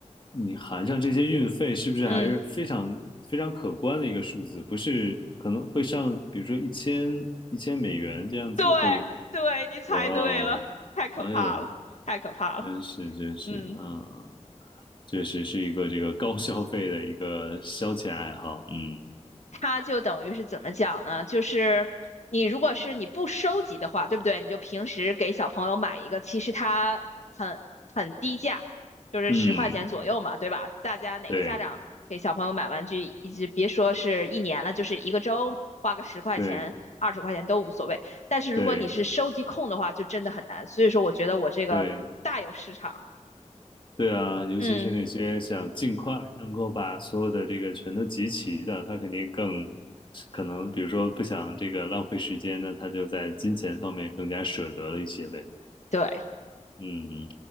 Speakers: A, on the left; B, on the left.
A: 你含上这些运费，是不是还是非常非常可观的一个数字？
B: 嗯。
A: 不是可能会上，比如说一千一千美元这样子会，
B: 对对，你猜对了，
A: 哇哦，
B: 太可怕了，
A: 哎呦，
B: 太可怕了。
A: 真是真是，
B: 嗯，
A: 嗯，确实是一个这个高消费的一个消遣爱好，嗯
B: 它就等于是怎么讲呢？就是你如果是你不收集的话，对不对？你就平时给小朋友买一个，其实它很很低价，就是十块钱左右嘛，
A: 嗯，
B: 对吧？大家哪个家长给小朋友买玩具，
A: 对
B: 以及别说是一年了，就是一个周花个十块钱、
A: 对
B: 二十块钱都无所谓。但是如果你是收集控的话，
A: 对
B: 就真的很难。所以说，我觉得我这个大有市场。
A: 对。对啊，尤其是那些想尽快能够把所有的这个全都集齐的，
B: 嗯，
A: 他肯定更可能，比如说不想这个浪费时间呢，他就在金钱方面更加舍得了一些呗。
B: 对。
A: 嗯，